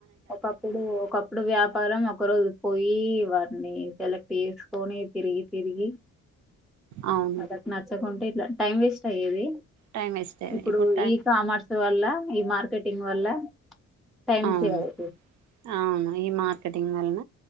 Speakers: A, in the centre; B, on the right.
A: ఒకప్పుడు ఒకప్పుడు వ్యాపారం ఒక రోజు పోయి ఈ వాటిని సెలెక్ట్ చేసుకొని తిరిగి తిరిగి
B: అవును
A: మదకు నచ్చకుంటే ఇట్లా టైం వేస్ట్ అయ్యేది
B: టైం వేస్ట్ అయింది
A: ఇప్పుడు
B: టైం
A: ఈ కామర్స్ వల్ల ఈ మార్కెటింగ్ వల్ల టైమ్
B: అవును
A: సేవయి
B: అవును ఈ మార్కెటింగ్ వల్న